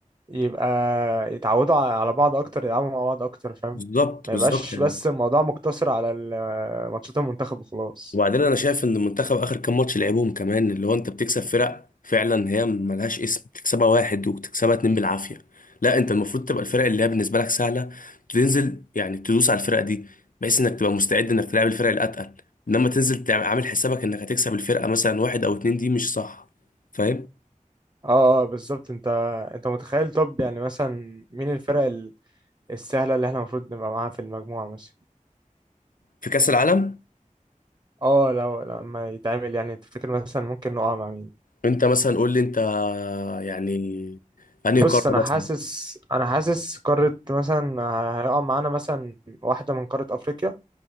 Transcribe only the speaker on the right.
يبقى يتعودوا ع- على بعض اكتر يلعبوا مع بعض اكتر فاهم
ما
يبقاش
بس الموضوع مقتصر على ال- ماتشات المنتخب وخلاص
اه اه بالظبط انت انت متخيل طب يعني مثلا مين الفرق ال- السهلة اللي احنا المفروض نبقى معاها في المجموعة مثلا
اه لو لما يتعمل يعني تفتكر مثلا ممكن نقع مع مين
بص
انا
حاسس انا حاسس قارة مثلا ه- هيقع معانا مثلا واحدة من قارة افريقيا